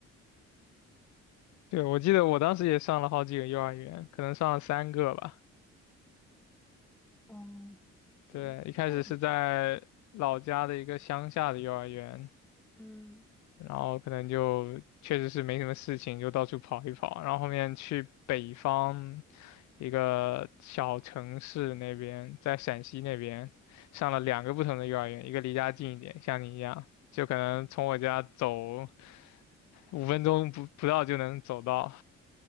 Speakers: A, on the left; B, in the centre.
A: 对，我记得我当时也上了好几个幼儿园，可能上了三个吧。
B: 嗯，对，
A: 对，一开始是在老家的一个乡下的幼儿园，
B: 那你，嗯，
A: 然后可能就确实是没什么事情，就到处跑一跑，然后后面去北方一个小城市那边，在陕西那边上了两个不同的幼儿园，一个离家近一点，像你一样，就可能从我家走五分钟不不到就能走到。